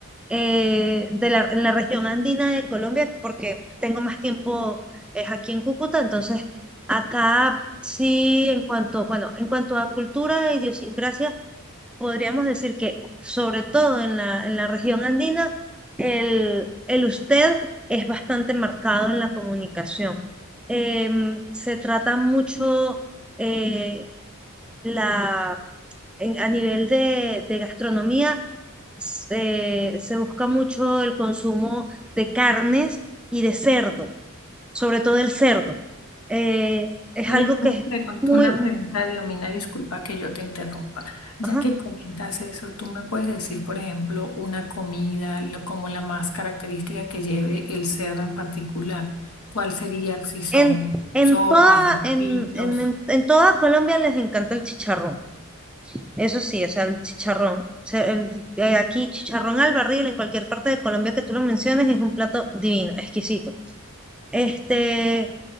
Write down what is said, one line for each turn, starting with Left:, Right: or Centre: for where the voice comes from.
Centre: eh, de la, en la región andina de Colombia, porque tengo más tiempo es aquí en Cúcuta, entonces acá sí, en cuanto, bueno, en cuanto a cultura e idiosincrasia, podríamos decir que sobre todo en la, en la región andina, el, el usted es bastante marcado en la comunicación. Em, se trata mucho... eh, la, en- a nivel de, de gastronomía s- eh, se busca mucho el consumo de carnes y de cerdo, sobre todo el cerdo. Eh, es
Left: Eh,
Centre: algo que
Left: una
Centre: es
Left: pregun-
Centre: muy...
Left: una
Centre: mu-
Left: pregunta, Diomina, disculpa que yo te interrumpa. Ya
Centre: ajá.
Left: que comentas eso, ¿tú me puedes decir, por ejemplo, una comida lo- como la más característica que lleve el cerdo en particular? ¿Cuál sería si son
Centre: En,
Left: sopas,
Centre: en toda,
Left: embutidos?
Centre: en, en, en- en toda Colombia les encanta el chicharrón. Eso sí, o sea, el chicharrón. O sea, el- eh, aquí chicharrón al barril, en cualquier parte de Colombia que tú lo menciones, es un plato divino, exquisito. Este,